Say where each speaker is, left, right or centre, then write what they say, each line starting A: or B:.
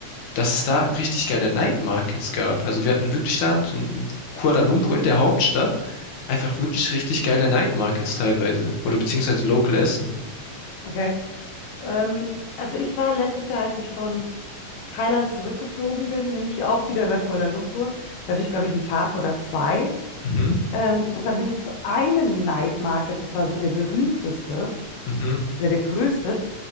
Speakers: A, on the left (about 65°); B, on the left (about 85°).
A: dass es da richtig geile Night Markets gab. Also wir hatten wirklich da so in Kuala Lumpur in der Hauptstadt einfach wirklich richtig geile Night Markets teilweise oder beziehungsweise Local Essen.
B: okay. Ähm, also ich war letztes Jahr, als ich von Thailand zurückgeflogen bin, bin ich auch wieder über Kuala Lumpur. Da hatte ich, glaube ich, einen Tag oder zwei.
A: Mhm,
B: Ähm, und dann bin ich zu einem Night Market, das war so der berühmteste
A: mhm.
B: oder der größte.